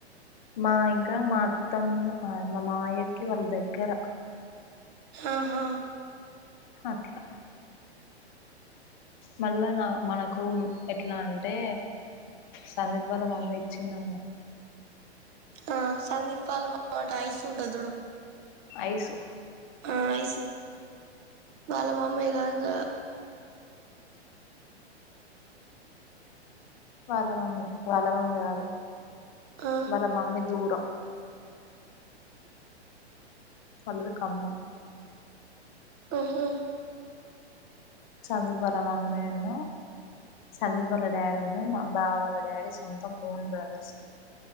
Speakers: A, on the left (about 45°); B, on the right (about 30°).
A: మా ఇంకా మా అత్తమ్మ ఆ మామయ్య కి వాళ్ళు దగ్గర
B: ఆహా
A: అట్లా మళ్ళా నా మనకు ఎట్లా అంటే సందిప్ వాళ్ళ మామ్మీ చిన్నమ్మో
B: ఆ సందీప్ వాళ్ళ మమ్మీ అంటే అయసు ఉంటది చూడు
A: ఐసు
B: ఆ ఐసు వాళ్ళ మమ్మే గా ఇంగ
A: వాళ్ళ మమ్మే వాళ్ళ మమ్మీ కాదు
B: ఆ
A: వాళ్ళ మమ్మీ దూరం వాళ్ళది ఖమ్మం
B: ఉహు
A: సందీప్ వాళ్ళ మమ్మీను సందీప్ వాళ్ళ డాడీ ఉన్ను మా బావ వాళ్ళ డాడీ సొంతం ఓన్ బ్రదర్స్